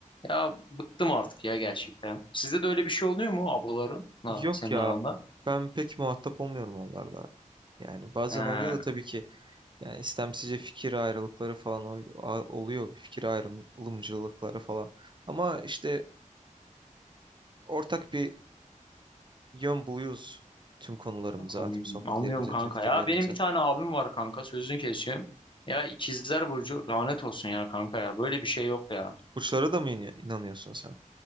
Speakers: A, on the left; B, on the right.
A: Ya bıktım artık ya gerçekten. Sizde de öyle bir şey oluyor mu ablaların? Ha,
B: Yok
A: senin
B: ya.
A: aranda.
B: Ben pek muhatap olmuyorum onlarla. Yani bazen
A: He,
B: oluyor da tabii ki Yani istemsizce fikir ayrılıkları falan ol- a- oluyor. Fikir ayrılımcılıkları falan. Ama işte ortak bir yön buluyoruz tüm konularımıza,
A: an-
B: tüm sohbetlerimize,
A: anlıyorum kanka
B: tüm fikirlerimize.
A: ya. Benim bir tane abim var kanka. Sözünü kesiyorum. Ya ikizler burcu lanet olsun ya kanka ya. Böyle bir şey yok ya.
B: Burçlara da mı in- inanıyorsun sen?